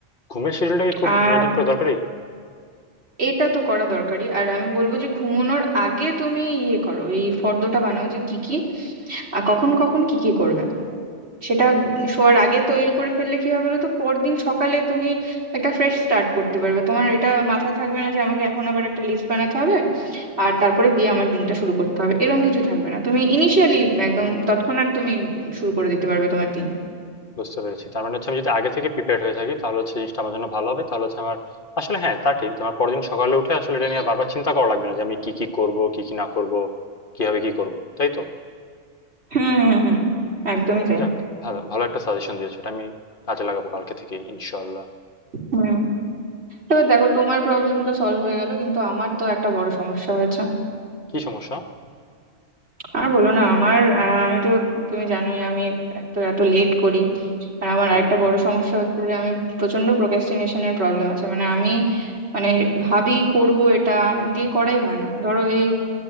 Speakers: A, on the left; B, on the right.
A: ঘুমের শিডিউলটা কি খুব
B: আর
A: মেনটেন করা দরকারি
B: এটা তো করা দরকারি আর আমি বলবো যে ঘুমানোর আগে তুমি ইয়ে করো এই ফর্দটা বানাও যে কি কি আর কখন কখন কি কি করবে সেটা
A: হুম,
B: শোয়ার আগে তৈরি করে ফেললে কি হবে বলো তো পরদিন সকালে তুমি একটা ফ্রেশ স্টার্ট করতে পারবে তোমার এটা মাথায় থাকবে না যে আমাকে এখন আবার একটা লিস্ট বানাতে হবে আর তারপরে দিয়ে আমার দিনটা শুরু করতে হবে এরকম কিছু থাকবে না তুমি ইনিশিয়ালি
A: বুঝতে
B: একদম তৎক্ষণাৎ তুমি শুরু করে দিতে পারবে তোমার দিন
A: বুঝতে পেরেছি। তার মানে হচ্ছে আমি যদি আগে থেকে প্রিপেয়ার্ড হয়ে থাকি তাহলে হচ্ছে জিনিসটা আমার জন্য ভালো হবে। তাহলে হচ্ছে আমার আসলে হ্যাঁ, তা ঠিক যে আমার পরের দিন সকালে উঠে আসলে এটা নিয়ে আর বারবার চিন্তা করা লাগবে না যে আমি কি, কি করব, কি, কি না করব, কিভাবে কি করব। তাই তো?
B: হুম হুম হুম একদমই তাই
A: যাক ভালো, ভালো একটা সাজেশন দিয়েছো। এটা আমি কাজে লাগাবো কালকে থেকেই ইনশাআল্লাহ।
B: হুম এবার দেখো তোমার প্রবলেম তো সলভ হয়ে গেল কিন্তু আমার তো একটা বড় সমস্যা হয়েছে
A: কি সমস্যা?
B: আর বলো না আমার আহ, আমি তো তুমি জানোই আমি এত এত লেট করি আর আমার
A: হ্যাঁ।
B: আরেকটা বড় সমস্যা হচ্ছে যে আমি প্রচন্ড প্রোক্রাস্টিনেশনের প্রবলেম আছে মানে আমি মানে ভাবি করব এটা দিয়ে করাই হয় না ধরো এই